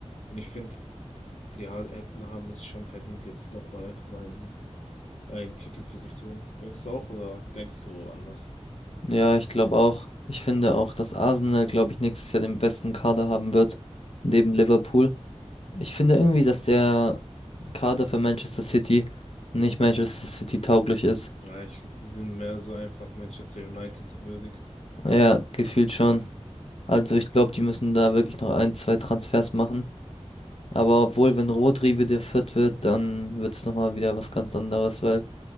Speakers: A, on the left; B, on the left.
A: Und ich finde, die ha- hätten, haben es schon verdient, jetzt nochmal einfach mal einen, einen Titel für sich zu holen. Denkst du auch oder denkst du anders?
B: Ja, ich glaube auch. Ich finde auch, dass Arsenal, glaube ich, nächstes Jahr den besten Kader haben wird, neben Liverpool. Ich finde irgendwie, dass der Kader für Manchester City nicht Manchester City tauglich ist.
A: Ja, ich, die sind mehr so einfach Manchester United würdig.
B: Ja, gefühlt schon.
A: Ja,
B: Also ich glaube, die müssen da wirklich noch ein, zwei Transfers machen. Aber obwohl, wenn Rodri wieder fit wird, dann wird es nochmal wieder was ganz anderes, weil